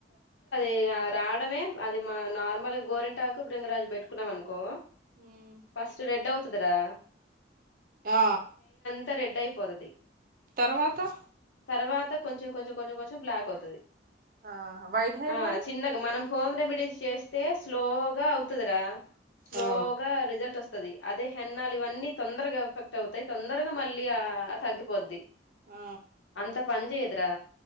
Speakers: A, on the left; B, on the right.
A: ది రావడమే అది మా నార్మల్ గోరింటాకు బ్రింగరాజు పెట్టుకున్నాం అనుకో
B: ఉమ్.
A: ఫస్ట్ రెడ్ అవు తుదరా
B: ఆ
A: త రెడ్డయి పోదద్ది
B: తర్వాత
A: తరవా కొంచెం కొంచెం కొంచెం కొంచెం బ్లాక్ అవుతది
B: ఆహా వైట్ హెయిర్
A: ఆ
B: మరి
A: చిన్నగా మనం హోమ్ రెమెడీస్ చేస్తే స్లోగా అవుతదిరా స్లోగా
B: ఆ
A: రిజల్ట్ వస్ తది అదే హెన్నాలు ఇవన్నీ తొందరగా ఎఫెక్ట్ అవుతాయి తొందరగా మళ్ళీ ఆ తగ్గిపోద్ది
B: ఆ
A: అంత పని చెయ్యదురా